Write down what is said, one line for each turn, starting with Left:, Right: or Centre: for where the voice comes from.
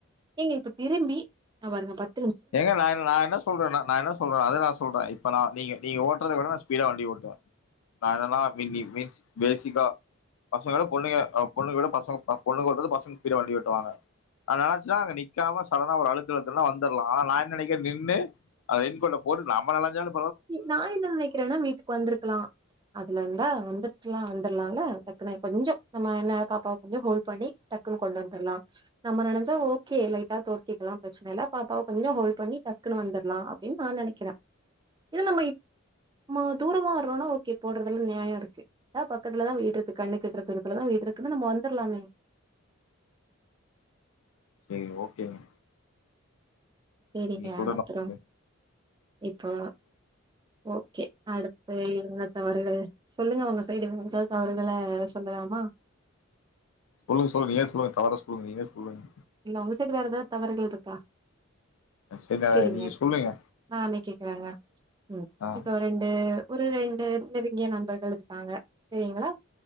Right: ஏங்க இப்ப திரும்பி நா பாருங்க பத்
Left: ஏங்க நா நா என்ன சொல்றனா நா என்ன சொல்றே அத நா சொல்ற இப்ப நா நீங்க நீங்க ஓட்றத விட நா ஸ்பீடா வண்டி ஓட்டுவ நா என்னனா மீ மீ மீன்ஸ் பேசிக்கா பசங்களோட பொண்ணுங்க பொண்ணுங்களோட பசங்க பொண்ணுங்க ஓட்றது பசங்க ஸ்பீடா வண்டி ஓட்டுவாங்க அது என்னாச்சுனா அங்க நிக்காம சடனா ஒரு அழுத்தழுத்துனா வந் தர்லா நா என்ன நெனைக்கற நின்னு அந்த ரெயின் கோட்ட போட்டு நம்ம நலஞ்சாலு
Right: நான் என்ன நெனைக்கிறேன்னா வீட்டுக்கு வந்திருக்கலா அதுல இருந்தா வந்துருக்லா வந்தர்லால டக்குனு கொஞ்ச நம்ம என்ன பாப்பாவ கொஞ்ச ஹோல் பண்ணி டக்குன்னு கொண்டு வந்துர்லா நம்ம நனஞ் சா ஓகே லைட்டா தோத்திக்கலா பிரச்சனை இல்ல பாப்பாவ கொஞ்ச ஹோல் பண்ணி டக்குனு வந்தர்லா அப்டின்னு நா நெனைக்கிற ஏனா நம்ம இப் தூரமா வரோன்னா ஓகே போடுறதுல நியாய இருக்கு தா பக்கத்துலதா வீடு இருக்கு கண்ணுக்கெட்ற தூரத்துலதா வீடு இருக்குன்னா நம்ம வந்தர்லாமே
Left: செரி ஓகேங்க
Right: சேரிங்க
Left: நீங்க சொல்றது
Right: அப்பறோ
Left: நமக்கு
Right: இப்போ ஓகே அடுத்து என்ன தவறுகள் சொல்லுங்க உங்க சைடு ம்ச தவறுகள சொல்லலாமா
Left: சொல்லுங்க சொல்லுங்க நீயே சொல்லுங்க தவறா சொல்லுங்க நீங்களே சொல்லுங்க
Right: இல்ல உங்க சைடு வேற எதாவ் தவறுகள்ருக்கா
Left: சரி
Right: செரிங்க
Left: அத நீங்க சொல்லுங்க
Right: நானே கேக்குறங்க ம்
Left: ஆ
Right: இப்ப ரெண்டு ஒரு ரெண்டு நெருங்கிய நண்பர்கள் இருக்காங்க செரிங்களா